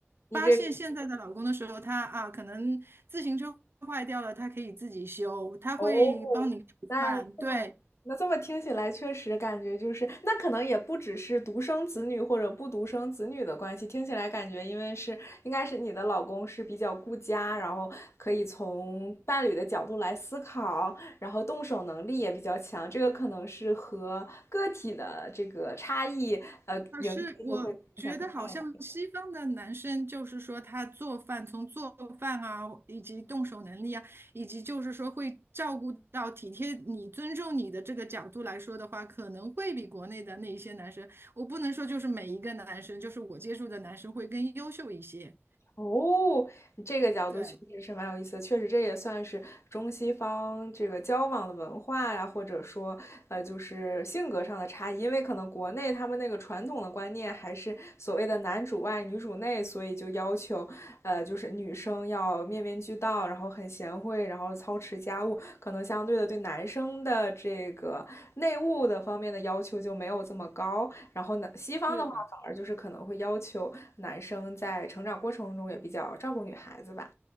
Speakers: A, on the left (about 80°); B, on the right (about 60°).
A: 你这个
B: 发现现在的老公的时候，他啊可能自行车坏掉了，他可以自己修，他会帮你煮饭，
A: 哦，那这么那这么听起来，
B: 对。
A: 确实感觉就是，那可能也不只是独生子女或者不独生子女的关系，听起来感觉因为是应该是你的老公是比较顾家，然后可以从伴侣的角度来思考，然后动手能力也比较强，这个可能是和个体的这个差异，呃，
B: 老师，
A: 影就会影响更大。
B: 我觉得好像西方的男生，
A: 一点。
B: 就是说他做饭，从做饭啊，以及动手能力啊，以及就是说会照顾到体贴你、尊重你的这个角度来说的话，可能会比国内的那一些男生，我不能说就是每一个男生，就是我接触的男生会更优秀一些。
A: 哦，这个角度确实是蛮有意思的，
B: 对，
A: 确实这也算是中西方这个交往的文化呀、或者说呃，就是性格上的差异。因为可能国内他们那个传统的观念还是所谓的男主外女主内，所以就要求呃，就是就是女生要面面俱到，然后很贤惠，然后操持家务，可能相对的对男生的这个内务的方面的要求就没有这么高。然后呢，西方的话反而就是可能会要求男生在成长过程中也比较照顾女孩子吧。
B: 是的。